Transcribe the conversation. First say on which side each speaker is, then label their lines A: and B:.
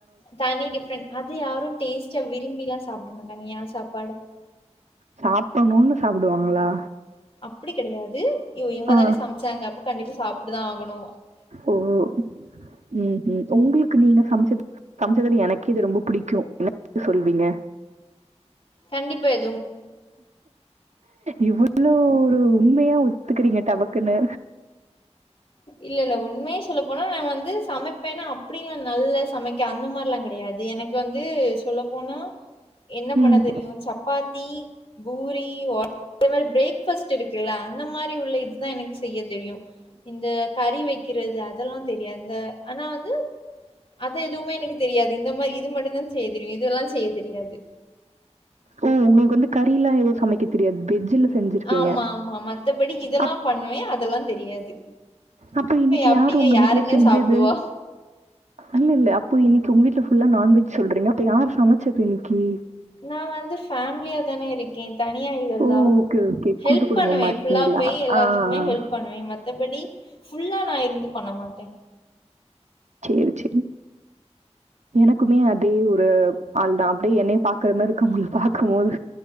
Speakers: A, on the left (about 50°); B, on the right (about 85°).
A: தனி டிஃப்ரெண்ட் அது யாரு டேஸ்ட்ட விரும்பிலா சாப்ட மாட்டாங்க ஏன்னா சாப்
B: சாப்படணுன்னு சாப்புடுவாங்களா
A: அப்பிடி கெடையாது இவ் இவங்கதான
B: ஆ.
A: சமைச்சாங்க அப்ப கண்டிப்பா சாப் ட்டுதா ஆகணு
B: ஓ ம் ஹும் உங்களுக் கு நீங்க சமைச்சது சமைச்சதுல எனக்கே இது ரொம்ப புடிக்கு <inaudible> சொல்வீங்க?
A: கண்டிப்பா எ
B: இவ்ளோ ஒரு உண்மையா ஒத்துக்குறீங்க டபக்குன்னு
A: இல்ல இல்ல உண்மைய சொல்ல போனா நா வந்து சமைப் பேனா அப்பிடில்லா நல்லா சமைக்க அந்த மாரில்லா கெடையாது எனக்கு வந்து சொல்லப் போனா என்ன
B: ம்.
A: பண்ண தெரியு சப்பாத்தி, பூரி <inaudible> இந்த மாரி பிரேக்ஃபாஸ்ட் இருக்குல்ல அந்த மாரி உள்ள இதுதா எனக்கு செய்யத் தெரியு இந்த கறி வைக்கிறது அதெல்லாந் தெரியாது இந்த ஆனா வந்து அத எதுமே எனக்கு தெரியாது இந்த மாரி இது மட்டும்தா செய்யத் தெரியு இதெல்லா செய்யத் தெரியாது
B: ஓ உங்களுக்கு வந்து கறி எல்லா எதுவு சமைக்க தெரியாது வெஜ்ஜில செஞ்சிருப்பீங்க.
A: ஆமா ஆமா மத்தபடி இதெல்லா
B: அப்
A: பண்ணுவே அதெல்லாந் தெரியாது
B: அப்ப இன்னக்கி
A: அப்டிங்க
B: யாரு உங்க
A: யாருங்க
B: வீட்ல செஞ்சது
A: சாப்டுவா?
B: இல்ல இல்ல அப்பி இன்னக்கி உங்க வீட்ல ஃபுல்லா நான்வெஜ் சொல்றீங்க அப்ப யார் சமைச்சது இன்னக்கி
A: நா வந்து ஃபேமிலியாதானே இருக்கே தனியா இல்லல்ல
B: ஓ! ஓகே, ஓகே.
A: ஹெல்ப்
B: கூட்டு குடும்பமா
A: பண்ணுவே
B: இருக்கீங்களா?
A: ஃபுல்லா போய் எல்லாத்துக்குமே
B: ஆ, ஆ.
A: ஹெல்ப் பண்ணுவே மத்தபடி ஃபுல்லா நா இருந்து பண்ண மாட்டே
B: சேரி சேரி எனக்குமே அதே ஒரு ஆள்தா அப்டியே என்னய பாக்குற மாரி இருக்கு உங்கள பாக்கும்போது